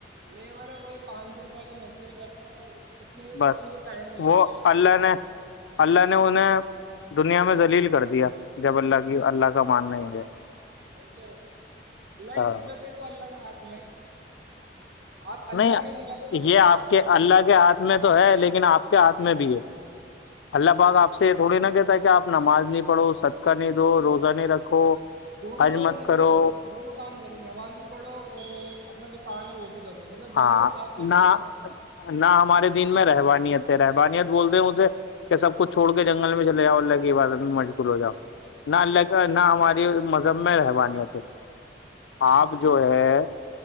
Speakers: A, on the right (about 60°); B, on the left (about 85°).
A: لیبر ہے وہی پانچ سو روپے والی مزدوری کرتا ہے <unintelligible> بھی
B: بس
A: ان کو ٹائم نہیں
B: وہ
A: ملتا مطلب
B: اللہ نے <unintelligible> اللہ نے انہیں دنیا میں لیل کر دیا <unintelligible> کی اللہ کا ماننا ہی گیا
A: وہ تو اللہ
B: ہاں
A: ہی قدرت ہے تو اللہ کے ہاتھ میں <unintelligible> اللہ
B: نہیں
A: کے لیے نکالو وقت
B: یہ آپ
A: نماز
B: کے
A: لیے
B: اللہ
A: نکالو وقت
B: کے ہاتھ میں تو ہے لیکن آپ کے ہاتھ <unintelligible> میں بھی ہے <unintelligible>
A: جی
B: اللہ
A: جی
B: پاک آپ سے تھوڑی نہا کہ <unintelligible> کہ آ نماز نہیں پڑھو ستک نہیں <unintelligible>
A: تو
B: نہیں رکھو
A: دونوں
B: حج مت
A: مطلب
B: کرو
A: دونوں کام کرو نماز بھی پڑھو اور اپنا جو کام ہے وہ <unintelligible>
B: ہاں
A: دونوں کو ساتھ لے کے
B: نہ
A: چلنا پڑتا ہے
B: نہ ہمارے دن میں رہو <unintelligible> رہحبانیت بولتے ہیں اسے کہ سب کچھ چھوڑ کے جنل میں چے جؤ اللہ کی عبادت میں مج ہو جاؤ
A: جی وہی تو
B: نہ لے نہ ہماری ج میں رہحمانیت <unintelligible>
A: جی
B: آپ جو ہے